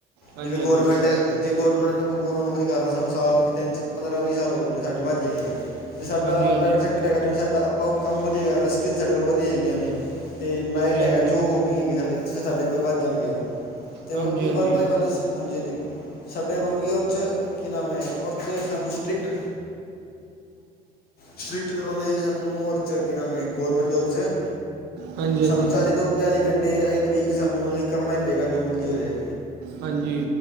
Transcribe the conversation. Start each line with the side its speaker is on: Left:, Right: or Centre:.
Right: ਹਾਂਜੀ
Left: ਜਿਵੇਂ ਗੌਰਮੈਂਟ
Right: ਹਾਂਜੀ
Left: ਜਿ ਗੌਰਮੈਂਟ ਤੋਂ ਗੌਰਮੈਂਟ ਨੌਕਰੀ ਕਰ ਰਹੇ ਸਾਨੂੰ ਸਾਲ ਤਿੰਨ, ਪੰਦਰਾਂ ਵੀਹ ਸਾਲ ਹੋ ਗਏ ਨੇ, ਸਾਡੀ ਵੱਧ ਜਾਏਗੀ ਫਿਰ। ਜੇ ਸਾਡਾ
Right: ਹਾਂਜੀ
Left: ਪ੍ਰਾਈਵੇਟ ਸੈਕਟਰ ਹੈਗਾ, ਸਾਡਾ ਆਪਾਂ ਕੰਮ ਵਧੀਆ ਕਰ ਰਿਹਾ, ਸਕਿੱਲਸ ਸਾਡੇ ਕੋਲ ਵਧੀਆ ਹੈਗੀਆਂ ਨੇ। ਅਤੇ ਮੈਰਿਟ
Right: ਹਾਂਜੀ
Left: ਹੈਗਾ
Right: ਹਾਂਜੀ ਹਾਂਜੀ
Left: ਜੋ ਹੋਬੀ ਹੈਗੀ ਸਾਡੇ ਫਿਰ ਸਾਡੇ ਵੱਧ ਜਾਣਗੇ ਉਹ। ਤੇ
Right: ਹਾਂਜੀ
Left: ਮਤਲਬ ਕੀ
Right: ਹਾਂਜੀ
Left: ਵਰਪਲਾਈਵਰਸ ਹਾਂਜੀ-ਹਾਂਜੀ। ਸਾਡੇ ਮਤਲਬ ਕਿ ਉਸ 'ਚ ਕੀ ਨਾਮ ਹੈ ਔਰ 'ਚ ਸਾਨੂੰ ਸਟ੍ਰਿਕਟ ਸਟ੍ਰਿਕਟ ਤਰ੍ਹਾਂ ਦੇ ਸਾਨੂੰ ਂਔਰਚ ਕੀ ਨਾਮ ਹੈ ਗੌਰਮੈਂਟ ਜੋੌਬ 'ਚ
Right: ਹਾਂਜੀ
Left: ਸਾਨੂੰ ਚਾਲੀ
Right: ਹਾਂਜੀ
Left: ਬਿਆਲੀ ਘੰਟੇ ਇੱਕ ਵੀਕ ਸਾਨੂੰ ਮਤਲਬ ਕਿ ਕਰਨਾ ਹੀ ਪਏਗਾ ਜੋ ਮਰਜ਼ੀ ਹੋ ਜਾਏ।
Right: ਹਾਂਜੀ।